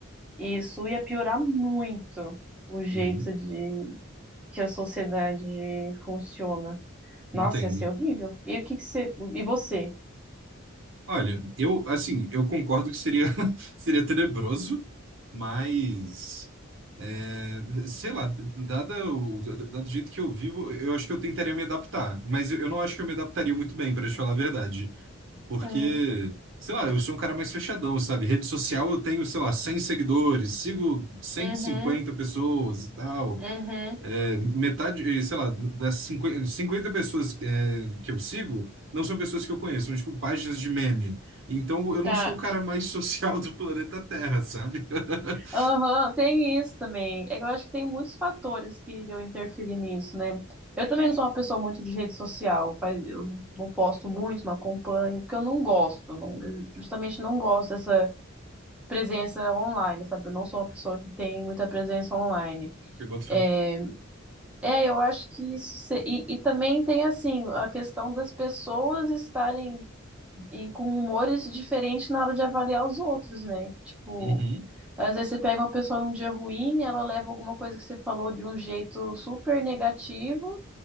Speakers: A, in the centre; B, on the right (about 65°).
A: isso ia piorar muito o jeito
B: Uhum.
A: de que a sociedade funciona.
B: Entendo.
A: Nossa, ia ser horrível. E o que que você. E você?
B: Olha, eu, assim, eu concordo que seria, <laughs> seria tenebroso, mas, é, sei lá, dada o, dado o jeito que eu vivo, eu acho que eu tentaria me adaptar. Mas eu, eu não acho que eu me adaptaria muito bem, pra te falar a verdade. Porque,
A: Uhum,
B: sei lá, eu sou um cara mais fechadão, sabe? Rede social eu tenho, sei lá, 100 seguidores, sigo cento
A: uhum,
B: e cinquenta pessoas e tal.
A: uhum.
B: É, metade, eh, sei lá, das 50 50 pessoas, eh, que eu sigo, não são pessoas que eu conheço, são tipo páginas de meme. Então eu não
A: Tá.
B: sou o cara mais <laughs> social do planeta Terra, sabe? <laughs>
A: Aham, tem isso também. É que eu acho que tem muitos fatores que eu interferir nisso, né? Eu também não sou uma pessoa muito de rede social, faz- eu não não posto muito, não acompanho, porque eu não gosto, não- eu justamente não gosto dessa presença online, sabe? Eu não sou uma pessoa que tem muita presença online.
B: Eu boto fé.
A: É, é, eu acho que isso se- e, e também tem assim a questão das pessoas estarem em- com humores diferentes na hora de avaliar os outros, né? Tipo
B: Uhum.
A: às vezes você pega uma pessoa num dia ruim, ela leva alguma coisa que você falou de um jeito super negativo,